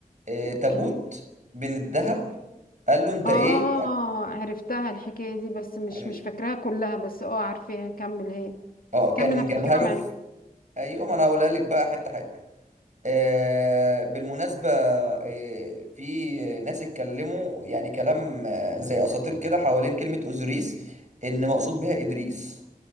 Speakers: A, on the right; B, on the left.
A: آه،
B: أوكي
A: تابوت من الذهب قال له انت
B: آه
A: ايه
B: عرفتها الحكاية دي بس مش
A: هت-
B: مش فاكراها كلها بس آه عارفاها كمل هي
A: اه كان
B: كمل هفتكرها
A: جابها له
B: معاك
A: في ايوه ما انا هقولها لك بقى حته حته آه بالمناسبه آه في ناس اتكلموا يعني كلام آه زي اساطير كده حوالين كلمه اوزوريس ان مقصود بها ادريس